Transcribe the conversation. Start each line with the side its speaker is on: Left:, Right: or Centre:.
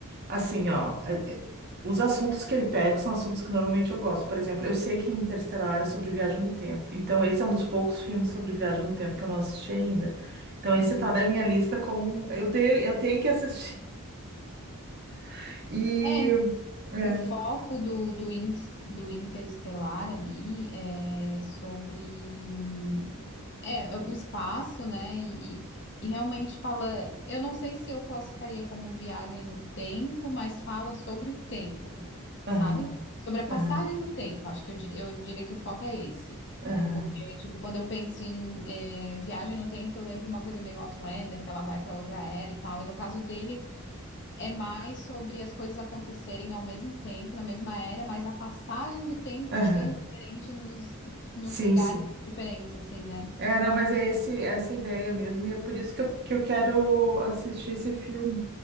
Right: assim, ó, é- é- os assuntos que ele pega são assuntos que normalmente eu gosto. Por exemplo, eu sei que Interestelar é sobre viagem no tempo. Então, esse é um dos poucos filmes sobre viagem no tempo que eu não assisti ainda. Então,
Left: uhum.
Right: esse tá na minha lista como eu tenho, eu tenho que assistir. <laughs>
Left: É,
Right: E. É.
Left: O foco do, do, in- do Interestelar ali é sobre hum, é, o espaço, né? E, e- e realmente fala. Eu não sei se eu classificaria como viagem no tempo, mas fala sobre o tempo, sabe?
Right: Aham,
Left: Sobre a
Right: aham,
Left: passagem do tempo. Acho que eu, diria- eu diria que o foco é esse.
Right: aham,
Left: Porque, tipo, quando eu penso em é, viagem no tempo, eu lembro uma coisa meio Outlander, que ela vai para outra era e tal. E no caso dele, é mais sobre as coisas acontecerem ao mesmo tempo, na mesma era, mas a passagem do tempo
Right: aham.
Left: ser diferente nos, nos
Right: Sim,
Left: lugares
Right: sim.
Left: diferentes, assim, né?
Right: É, não, mas é esse, essa ideia mesmo, e é por isso que eu, que eu quero assistir esse filme.